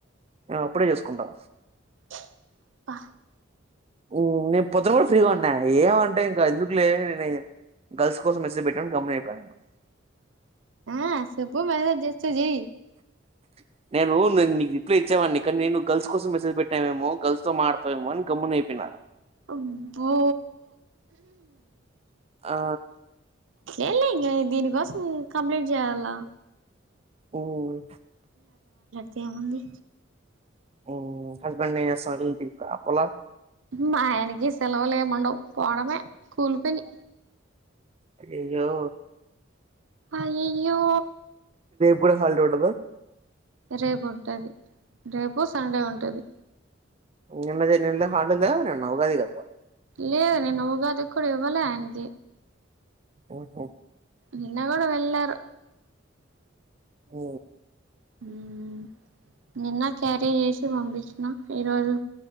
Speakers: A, on the right; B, on the right.
A: మేం అప్పుడే చేసుకుంటాం
B: అబ్బా
A: ఊఁ నేన్ పొద్దున గుడ ఫ్రీగా ఉన్నా ఏమంటే ఇంక ఎందుకు లే అనీ గర్ల్స్ కోసం మెసేజ్ బెట్టావ్ గోమ్మునైపోయా నేను
B: ఆ సుప్పు మెసేజ్ జేస్తె జై
A: <unintelligible> నేనూ నెన్ నీకు రిప్లై ఇచ్చేవాడ్ని కని నేను గర్ల్స్ కోసం మెసేజ్ పెట్టావేమో గర్ల్స్ తో మాట్లాడతావేమో అని గమ్మున అయిపొయిన
B: అబ్బో!
A: ఆ
B: ఏంలే ఇంగ దీనికోసం కంప్లీట్ చేయాలా?
A: ఓయ్!
B: తేముంది
A: ఓ హస్బెండ్ ఏం చేస్తాడు డ్యూటీకి అపోల
B: మా ఆయనకి సెలవులేముండవ్. పోవడమె కూలిపని.
A: అయ్యయ్యో
B: అయ్యయ్యో
A: వోడ హాల్డే ఉండదా?
B: రేపు ఉంటది. రేపు, సండే ఉంటది.
A: నిన్న జా నిన్న హాల్డేనా నిన్న ఉగాది గదా?
B: లేదు నిన్న ఉగాదికూడా ఇవ్వలే ఆయనకి.
A: ఓహో
B: నిన్నగుడా వెళ్లారు.
A: ఓ
B: ఉహ్ నిన్న క్యారీజ్ చేసి పంపించిన. ఈరోజు